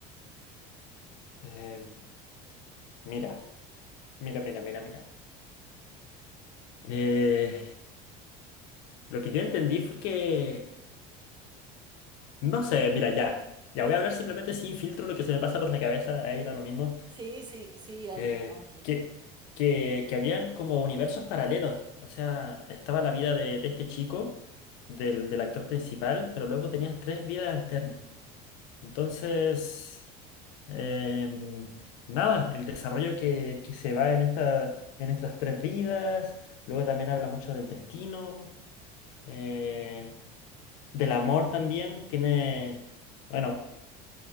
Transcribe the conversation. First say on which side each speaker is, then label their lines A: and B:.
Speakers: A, on the left; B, on the right.
A: Em, mira, mira, mira, mira, mira. Eh, lo que yo entendí fue que, no sé, mira, ya, ya voy a hablar simplemente sin filtro lo que se me pasa por la cabeza, ahí da lo mismo.
B: Sí, sí, sí, hazlo,
A: eh,
B: tranqui.
A: que, que, que habían como universos paralelos. O sea, estaba la vida de, de este chico, del, del actor principal, pero luego tenías tres vidas alternas. Entonces, em, nada, el desarrollo que, que se va en esta, en estas tres vidas, luego también habla mucho del destino, eh, del amor también, tiene, bueno